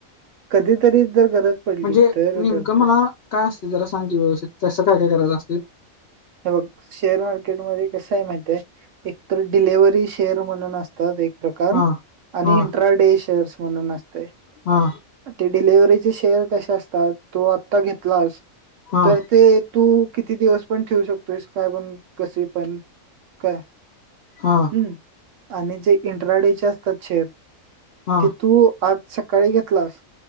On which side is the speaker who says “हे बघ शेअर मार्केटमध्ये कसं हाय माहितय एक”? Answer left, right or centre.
Right